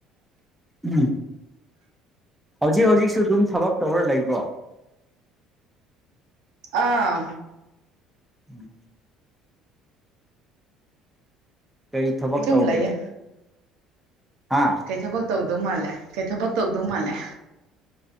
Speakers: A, in the centre; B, on the right.
A: ꯎꯝ ꯍꯧꯖꯤꯛ ꯍꯧꯖꯤꯛꯁꯨ ꯑꯗꯨꯝ ꯊꯕꯛ ꯇꯧꯔ ꯂꯩꯕ꯭ꯔꯣ
B: ꯑꯥ
A: ꯎꯝ ꯀꯔꯤ ꯊꯕꯛ
B: ꯑꯗꯨꯝ
A: ꯇꯧꯒꯦ
B: ꯂꯩꯌꯦ
A: ꯍꯥ
B: ꯀꯩ ꯊꯕꯛ ꯇꯧ <inaudible> ꯃꯥꯜꯂꯦ ꯀꯩ ꯊꯕꯛ ꯇꯧꯗꯧ ꯃꯥꯜꯂꯦ